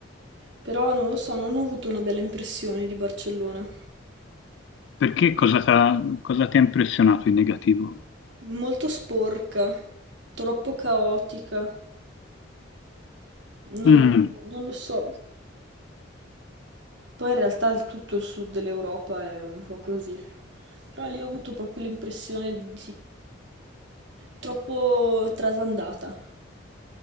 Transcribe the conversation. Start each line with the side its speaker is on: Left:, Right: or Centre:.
Right: Però non lo so, non ho avuto una bella impressione di Barcellona.
Left: Perché cosa t'ha- cosa ti ha impressionato in negativo?
Right: Molto sporca, troppo caotica, non,
Left: Mm,
Right: non lo so. Poi in realtà il- tutto il sud dell'Europa è un po' così. Però lì ho avuto proprio l'impressione di troppo trasandata.